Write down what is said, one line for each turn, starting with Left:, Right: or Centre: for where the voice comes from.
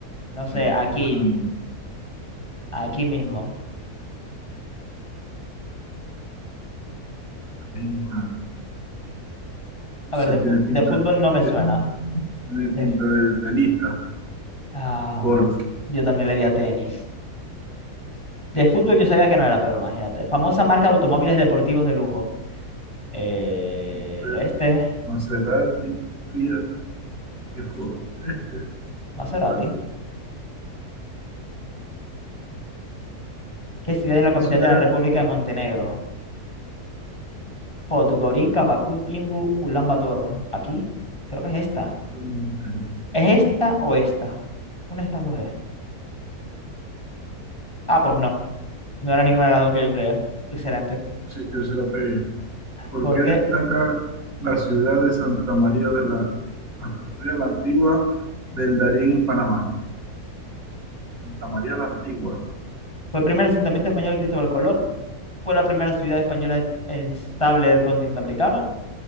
Left: No sé,
Right: Deco
Left: aquí,
Right: Han.
Left: aquí mismo.
Right: Deco Han. No
Left: A
Right: sé,
Left: ver, de,
Right: tiene
Left: fu-
Right: pinta.
Left: de fútbol no me
Right: Tiene
Left: suena.
Right: pinta
Left: De f-
Right: de tenista.
Left: ah,
Right: Golf.
Left: yo también le di a tenis. De fútbol yo sabía que no era, pero imagínate. Famosa marca de automóviles deportivos de lujo. Eh,
Right: Amper.
Left: este,
Right: Maserati. Fiat. ¿Qué joda? Este,
Left: Maserati.
Right: espérate,
Left: ¿Qué ciudad es
Right: ¿qué
Left: la capital
Right: ciudad
Left: de la República de Montenegro? Podgorica, Bakú, Timbu, Ulaanbaatar. ¿Aquí? Creo que es esta.
Right: única montañesa?
Left: ¿Es esta o esta? Una de estas dos es. Ah, pues no. No era ninguna de las dos que yo creía. Excelente.
Right: Yo se, yo se la pegué. ¿Por
Left: Porque
Right: qué destaca la ciudad de Santa María de la, Santa María la Antigua del Darién en Panamá? Santa María la Antigua,
Left: fue el primer asentamiento español de Cristóbal Colón. Fue la primera ciudad española estable del continente americano.